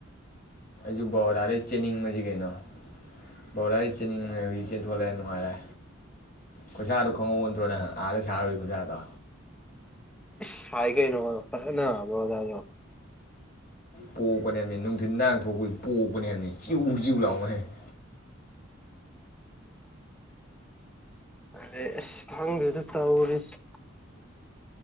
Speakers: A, on the left; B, in the centre.
A: <unintelligible> ꯕꯥꯔꫭꯗꯗꯩ ꯆꯦꯟꯅꯤꯡ ꯕꯖꯤ ꯀꯩꯅꯣ ꯕꯔꫭꯗꯗꯩ ꯆꯦꯟꯅꯤꯡꯂꯩ ꯍꯧꯖꯤꯛ ꯆꯦꯟꯊꯣꯂꯛꯑꯦ ꯅꯨꯡꯉꯥꯏꯔꯦ ꯈꯨꯁꯥꯗꯣ ꯈꯪꯍꯧꯏꯕ ꯅꯠꯗ꯭ꯔꯣ ꯅꯪ ꯑꯥꯗ ꯁꯥꯔꯨꯏ ꯈꯨꯁꯥꯗꯣ
B: ꯏꯁ ꯁꯥꯏ ꯀꯩꯅꫭ ꯐꯥꯖꯟꯅ ꯕꯔꫭꯗꯖꯨ
A: ꯄꯣꯛꯄꯅꯦꯄꯦ ꯅꯨꯡꯊꯤꯟꯗ ꯉꯍꯥꯛ ꯊꯣꯛꯄꯖꯦ ꯄꯣꯛꯄꯅꯦ ꯍꯥꯏꯕꯅꯦ ꯆꯤꯎ ꯆꯤꯎ ꯂꯥꯎꯉꯩ <unintelligible>
B: ꯑꯔꯦ ꯏꯁ ꯈꯪꯗꯦꯗ ꯇꯧꯔꯤꯁꯤ